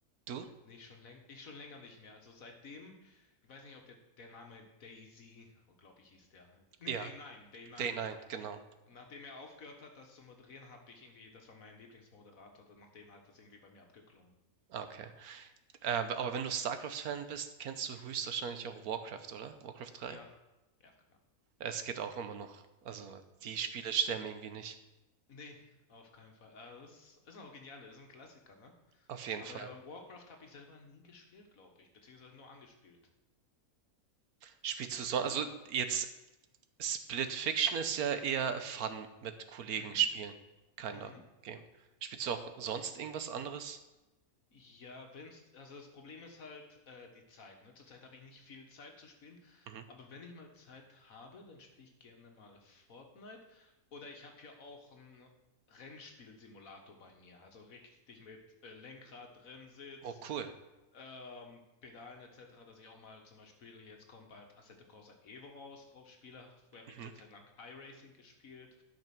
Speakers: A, on the right; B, on the left.
A: Du?
B: Nee, schon läng ich schon länger nicht mehr. Also seitdem, ich weiß nicht, ob der, der Name Daisy, oh, glaube ich, hieß der. Nee,
A: Ja,
B: Day9, Day9.
A: Day 9, genau.
B: Nachdem er aufgehört hat, das zu moderieren, habe ich irgendwie, das war mein Lieblingsmoderator, dann nachdem hat das irgendwie bei mir abgeklungen.
A: Ah, okay. Ähm, aber wenn du StarCraft-Fan bist, kennst du höchstwahrscheinlich auch Warcraft, oder? Warcraft 3?
B: Ja, ja, klar.
A: Es geht auch immer noch. Also
B: Okay.
A: die Spiele sterben irgendwie nicht.
B: Nee, auf keinen Fall. Ah, das ist, ist auch genial, das ist ein Klassiker, ne?
A: Auf jeden
B: Aber
A: Fall.
B: ja, Warcraft habe ich selber nie gespielt, glaube ich, beziehungsweise nur angespielt.
A: Spielst du sonst also jetzt Split Fiction ist ja eher Fun mit Kollegen
B: Mhm,
A: spielen, Kinder
B: mhm.
A: Game. Spielst du auch sonst irgendwas anderes?
B: Ja, wenn's, also das Problem ist halt äh, die Zeit, ne? Zurzeit habe ich nicht viel Zeit zu spielen,
A: Mhm.
B: aber wenn ich mal Zeit habe, dann spiele ich gerne mal Fortnite. Oder ich habe ja auch einen Rennspielsimulator bei mir, also richtig mit äh, Lenkrad, Rennsitz,
A: Oh, cool.
B: ähm, Pedalen etc., dass ich auch mal zum Beispiel, jetzt kommt bald Assetto Corsa Evo raus, drauf spiele. Früher habe
A: Mhm.
B: ich eine Zeit lang iRacing gespielt.